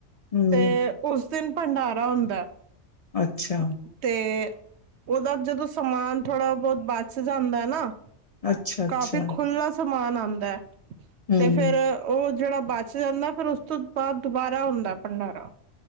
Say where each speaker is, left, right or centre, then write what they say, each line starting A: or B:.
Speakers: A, on the left; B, on the right.
A: ਹੂੰ,
B: ਤੇ ਉਸ ਦਿਨ ਭੰਡਾਰਾ ਹੁੰਦਾ
A: ਅੱਛਾ,
B: <unintelligible> ਤੇ ਉਹਦਾ ਜਦੋਂ ਸਮਾਨ ਥੋੜ੍ਹਾ ਬਹੁਤ ਬਚ ਜਾਂਦਾ ਹੈ ਨਾ
A: ਅੱਛਾ-ਅੱਛਾ,
B: ਕਾਫੀ ਖੁੱਲਾ ਸਮਾਨ ਆਂਦਾ ਐ
A: ਹੂੰ,
B: ਤੇ ਫਿਰ ਉਹ ਜਿਹੜਾ ਬਚ ਜਾਂਦਾ, ਫੇਰ ਉਸ ਤੋਂ ਬਾਅਦ ਦੁਬਾਰਾ ਹੁੰਦਾ ਭੰਡਾਰਾ